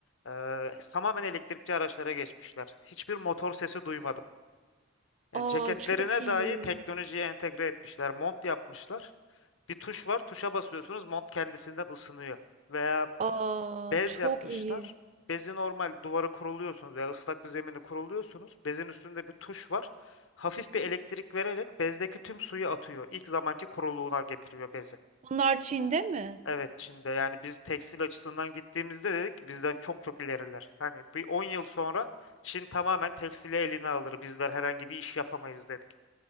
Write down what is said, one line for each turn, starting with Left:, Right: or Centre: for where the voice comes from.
Left: e, tamamen elektrikli araçlara geçmişler. Hiçbir motor sesi duymadım. Yani
Right: Aa
Left: ceketlerine
Right: çok iyi.
Left: dahi teknolojiye entegre etmişler. Mont yapmışlar. Bir tuş var. Tuşa basıyorsunuz. Mont kendisinden ısınıyor. Veya
Right: Aa
Left: Bez
Right: çok
Left: yapmışlar.
Right: iyi.
Left: Bezi normal duvara kuruluyorsunuz veya ıslak bir zemini kuruluyorsunuz. Bezin üstünde bir tuş var. Hafif bir elektrik vererek bezdeki tüm suyu atıyor. İlk zamanki kuruluğuna getiriyor bezi.
Right: Bunlar Çin'de mi?
Left: Evet Çin'de yani biz tekstil açısından gittiğimizde dedik bizden çok çok ileriler. Hani bir 10 yıl sonra Çin tamamen tekstili eline alır. Bizler herhangi bir iş yapamayız dedik.